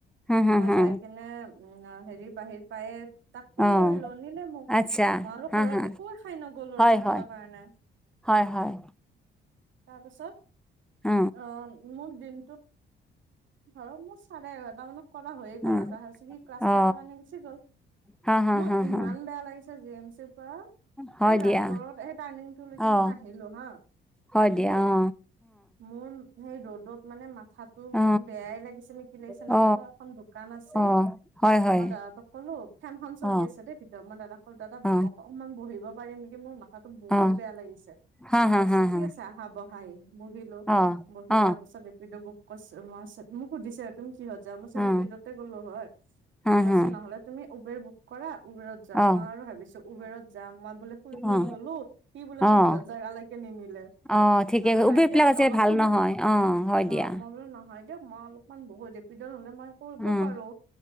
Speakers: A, in the centre; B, on the right.
A: হা হা
B: মই
A: হা
B: যাই কিনে উম, হেৰি, বাহিৰ পায়ে তাক ফোন
A: অ
B: কৰিলোঁ নিলে মোক
A: আচ্ছা
B: মই আৰু
A: হা
B: ঘৰত
A: হা
B: একোৱেই খো নোখোৱাকৈ গ'লো
A: হয়
B: ৰাতিপুৱাৰ
A: হয়
B: কাৰণে।
A: হয় হয়
B: তাৰপিছত
A: অ
B: মোক দিনটোত ধৰক মোৰ চাৰে এঘাৰটা মানত কৰা হৈয়ে গ'ল
A: অ
B: আৰু তাৰ পিছত সি ক্লাছ
A: অ
B: থকা কাৰণে গুছি গ'ল
A: হা হা
B: মোৰ
A: হা
B: ইমান
A: হা
B: বেয়া লাগিছে তাৰ পিছত জি এম চি ৰ পৰা
A: হয়
B: এই ৰাজগড়ত
A: দিয়া
B: এই টাৰ্ণিংটোলৈকে
A: অ
B: মই আহিলোঁ হা
A: হয়
B: আহি
A: দিয়া অ
B: মোৰ সেই ৰ'দত মানে মাথাটো
A: অ
B: বেয়াই লাগিছে নে কি লাগিছে
A: অ
B: নাজানো এখন দোকান আছিল
A: অ অ হয় হয়
B: মই দাদা তোক ক'লো ফেনখন চলি
A: অ
B: আছে দেই ভিতৰত মই দাদাক ক'লো দাদা
A: অ
B: বহ অকনমান বহিব পাৰিম নেকি মোৰ মাথাতো বহুত
A: অ
B: বেয়া লাগিছে
A: হা হা
B: কৈছে
A: হা
B: ঠিক
A: হা
B: আছে আহ। আহ বহাই বহিলো
A: অ
B: বহি
A: অ
B: তাৰ পিছত ৰেপিডো বুক কৰিছোঁ মই মোক সুধিছে তুমি কিহত যাহ মই কৈছো
A: অ
B: ৰেপিডতে গ'লো হয়
A: হা
B: কৈছে
A: হা
B: নহলে তুমি উবেৰ বুক কৰা উবেৰত যাওঁ
A: অ
B: মই আৰু ভাবিছো উবেৰত যাম মই বোলে শুই শুই
A: অ অ
B: গলোঁ। সি বোলে মোক
A: অ
B: বেলেগ জাগালৈকে নি নিলে
A: অ ঠিকে
B: নহলে নাই
A: উবেৰবিলাক
B: দিয়ক
A: আছে
B: মই অলপ
A: ভাল
B: সময়
A: নহয় অ হয়
B: অহ
A: দিয়া
B: মই বোলে নহ হয় দিয়ক মই অলপমান বহু ৰেপিডো নহ'লে মই কৰিব
A: উম
B: পাৰো